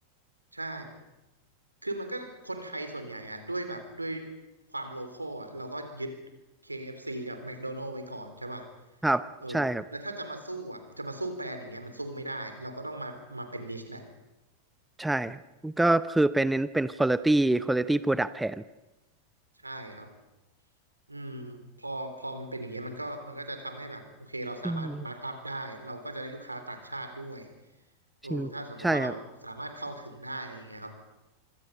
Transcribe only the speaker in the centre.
ครับใช่ครับ
ใช่ก็คือเป็นเน้นเป็น quality quality product แทน
อืม
จริงใช่ครับ